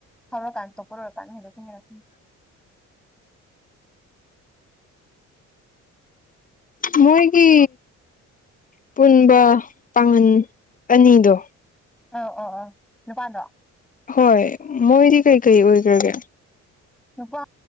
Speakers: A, in the centre; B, on the left.
A: ꯍꯧꯔꯀꯥꯟ ꯇꯣꯄꯔꯀꯥꯟꯗ ꯍꯥꯏ ꯎꯝ
B: ꯃꯣꯏ ꯀ ꯄꯨꯟꯕ ꯄꯥꯒꯟ ꯑꯅꯤꯗꯣ
A: ꯑ ꯑ ꯑ ꯅꯨꯄꯥꯥꯟꯗꯣ
B: ꯍꯣꯏ ꯃꯣꯏꯗꯤ ꯀꯩꯀꯩ ꯑꯣꯏꯈ꯭ꯔꯒꯦ
A: ꯅꯨꯄꯥ